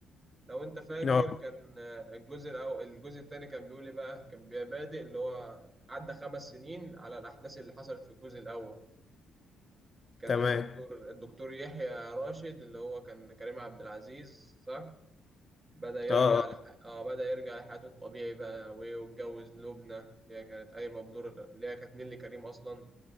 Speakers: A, on the right; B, on the left.
A: لو انت فاكر
B: اه
A: كان آه، الجزء الاول الجزء الثاني كان بيقول ايه بقى كان بيبقى بادئ اللي هو عدى خمس سنين على الاحداث اللي حصلت في الجزء الاول كان
B: تمام
A: الدكتور الدكتور يحيى راشد اللي هو كان كريم عبد العزيز صح بدأ يرجع
B: اه
A: لح... اه بدأ يرجع لحياته الطبيعي بقى وايه واتجوز لبنى اللي هي كانت قايمة بدور اللي هي كانت نيللي كريم اصلا